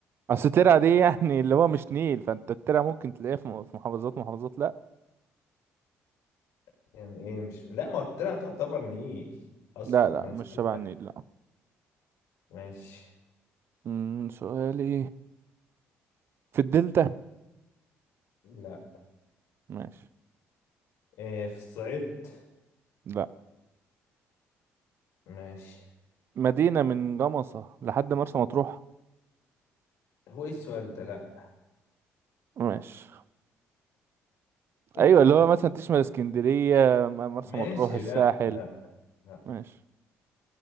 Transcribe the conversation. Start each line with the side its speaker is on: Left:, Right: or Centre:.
Right: اصل ترعه دي يعني اللي هو مش نيل فانت الترعه ممكن تلاقيها في م- في محافظات ومحافظات لا
Left: <laughs> يعني ايه مش لا ما هو الترعة تعتبر نيل اصلا
Right: لا لا
Left: ما انا
Right: مش
Left: سألتك
Right: شبه النيل لا
Left: ماشي
Right: امم سؤالي في الدلتا
Left: لا
Right: ماشي
Left: إيه في الصعيد
Right: لا
Left: ماشي
Right: مدينه من جمصه لحد مرسى مطروح
Left: هو ايه السؤال ده لا
Right: ماشي
Left: <laughs>
Right: ايوه اللي هو مثلا تشمل اسكندريه م- مرسى
Left: ماشي
Right: مطروح الساحل
Left: لا لا لا
Right: ماشي